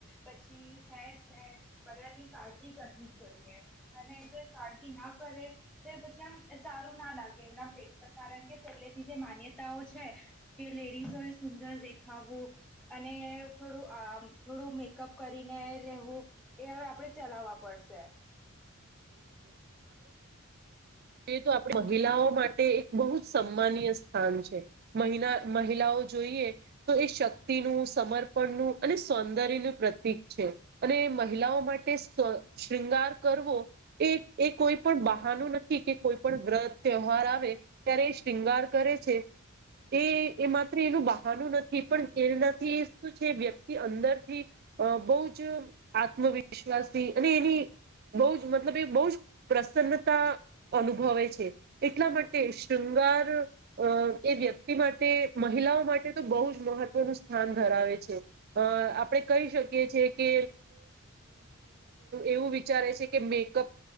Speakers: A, in the centre; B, on the right.
A: પછી હેર છે બધાની કાળજી કરવી જ જોઈએ અને જો કાળજી ના કરે તો પછી આમ સારું ના લાગે એમના ફેસપર કારણ કે પહેલેથી જે માન્યતાઓ છે કે લેડીસો એ સુંદર દેખાવવું અને થોડું આ થોડું મેકઅપ કરીને રહેેવું એ હવે આપણે ચલાવવા પડશે
B: જો તો આપ મહિલાઓ માટે એક બહુ જ સન્માનીય સ્થાન છે મહ મહિલાઓ જોઈએ તો એ શક્તિનું સમર્પણનું અને સૌંદર્યનું પ્રતિક છે અને મહિલાઓ માટે શૃંગાર કરવો એ એ કોઈ પણ બહાનું નથી કે કોઈ પણ વ્રત તહેવાર આવે ત્યારે એ શૃંગાર કરે છે એ એ માત્ર એનું બહાનું નથી પણ એનાથી શું છે વ્યક્તિ અંદરથી અ બહુ જ આત્મવિશ્વાસથી અને એની બહુ જ મતલબ એ બહુ જ પ્રસન્નતા અનુભવે છે એટલા માટે શૃંગાર એ વ્યક્તિ માટે મહિલા માટે તો બહુ જ મહત્વનું સ્થાન ધરાવે છે અ આપણે કહી શકીએ છીએ કે એવું વિચારે છે કે મેકઅપ